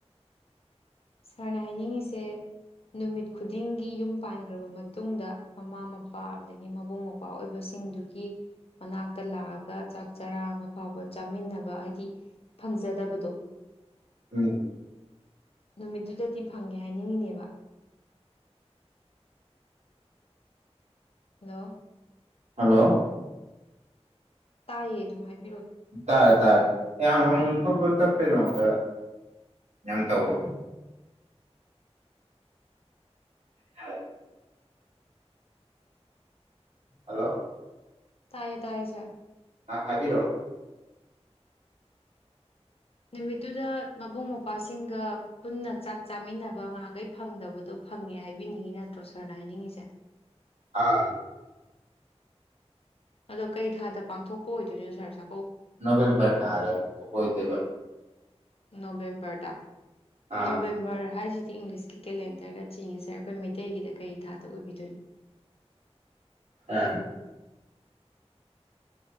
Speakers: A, on the left; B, on the right.
A: ꯁꯥꯔꯅ ꯍꯥꯏꯅꯤꯡꯉꯁꯤ ꯁꯦ ꯅꯨꯃꯤꯠ ꯈꯨꯗꯤꯡꯒꯤ ꯌꯨꯝ ꯄꯥꯟꯒ꯭ꯔꯕ ꯃꯇꯨꯡꯗ ꯃꯃꯥ ꯃꯄꯥ ꯑꯗꯒꯤ ꯃꯕꯨꯡ ꯃꯧꯄ꯭ꯋꯥ ꯑꯣꯏꯕꯁꯤꯡꯗꯨꯒꯤ ꯃꯅꯥꯛꯇ ꯂꯥꯛꯑꯒ ꯆꯥꯛ ꯆꯔꯥ ꯑꯃ ꯐꯥꯎꯕ ꯆꯥꯃꯤꯟꯅꯕ ꯍꯥꯏꯗꯤ ꯐꯪꯖꯗꯕꯗꯣ
B: ꯎꯝ
A: ꯅꯨꯃꯤꯠꯇꯨꯗꯗꯤ ꯐꯪꯉꯦ ꯍꯥꯏꯅꯤꯡꯏꯤꯅꯦꯕ ꯍꯜꯂꯣ
B: ꯍꯜꯂꯣ
A: ꯇꯥꯏꯌꯦ ꯑꯗꯨꯝ ꯍꯥꯏ
B: ꯇꯔꯦ ꯇꯔꯦ ꯌꯥꯝ ꯇꯠꯄꯩꯅꯣꯃꯒ ꯌꯥꯝ ꯇꯧꯕ ꯌꯥꯔ ꯍꯜꯂꯣ
A: ꯇꯥꯏꯌꯦ ꯇꯥꯏꯌꯦ ꯁꯥꯥꯏꯦ
B: ꯑ ꯍꯥꯏꯕꯤꯔꯛꯑꯣ
A: ꯅꯨꯃꯤꯠꯇꯨꯗ ꯃꯕꯨꯡ ꯃꯧꯄ꯭ꯋꯥꯁꯤꯡꯒ ꯄꯨꯟꯅ ꯆꯥꯛ ꯆꯥꯃꯤꯟꯅꯕ ꯉꯍꯈꯩ ꯐꯪꯗꯕꯗꯣ ꯐꯪꯉꯦ ꯍꯥꯏꯕꯤꯅꯤꯡꯉꯤ ꯅꯠꯇ꯭ꯔꯣ ꯁꯥꯔꯅ ꯍꯥꯏꯅꯤꯡꯉꯤꯁꯦ
B: ꯑꯥ
A: ꯑꯗꯣ ꯀꯩ ꯊꯥꯗ ꯄꯥꯡꯊꯣꯛꯄ ꯑꯣꯏꯗꯣꯏꯅꯣ ꯁꯥꯔ ꯆ
B: ꯅꯣꯕꯦꯝꯕꯔ ꯊꯥꯗ ꯑꯣꯏꯣꯏꯗꯕ
A: ꯅꯚꯦꯝꯦꯝꯕꯔꯗ
B: ꯑꯥ
A: ꯅꯣꯕꯦꯝꯕꯔ ꯍꯥꯏꯁꯤꯗꯤ ꯁꯤ ꯏꯪꯂꯤꯁꯀꯤ ꯀꯦꯂꯦꯟꯗꯔꯒ ꯆꯤꯡꯉꯦ ꯁꯥꯔ ꯑꯩꯈꯣꯏ ꯃꯩꯇꯩꯒꯤꯗ ꯀꯔꯤ ꯊꯥꯗ ꯑꯣꯏꯕꯤꯗꯣꯏꯅꯣ
B: ꯑꯥ